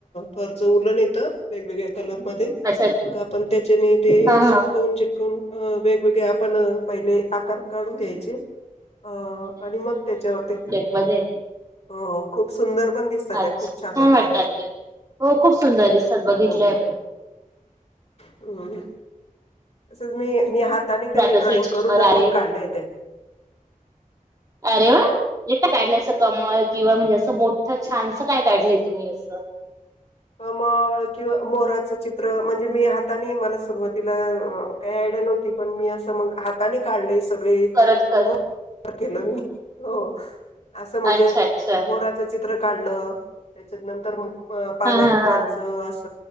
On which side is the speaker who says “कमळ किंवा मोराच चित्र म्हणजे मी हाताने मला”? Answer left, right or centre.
Left